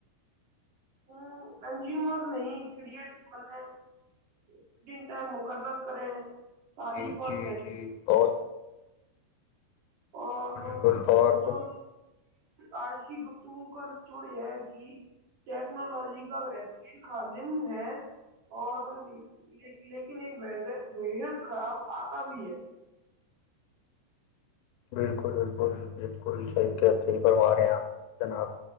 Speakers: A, on the right; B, on the left.
A: ہ کنزومر نہیں کرٹ م اسکرین ٹائم مقرر کریں ساریی
B: جی
A: ب
B: جی
A: تح
B: جی اور
A: اور
B: بالکل بالکل اور
A: تو
B: کچھ
A: آج کی گپتؤں کا لچوڑ یہ کہ ٹیکنالوجی کا بہترین خادم ہے اور لیکن ایک ب بےحد خراب آتا بھی ہے
B: بالکل بالکل بالکل صحیح صحیح فرما رہے ہیں آپ جناب